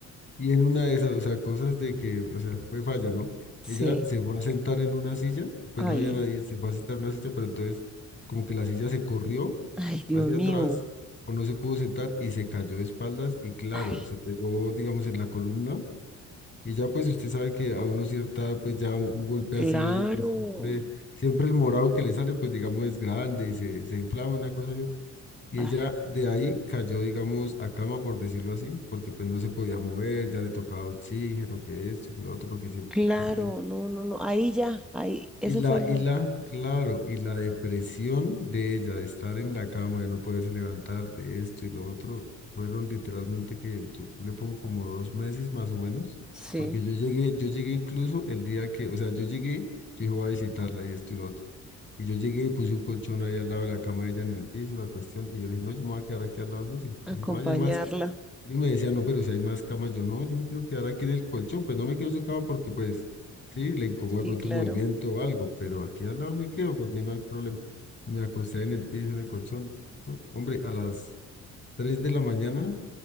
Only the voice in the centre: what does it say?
sí.
Ay,
ay, Dios
mío.
Ay,
claro,
ay,
claro,
no, no, no. Ahí ya, ahí, eso
fue el,
sí,
acompañarla.
Sí,
claro.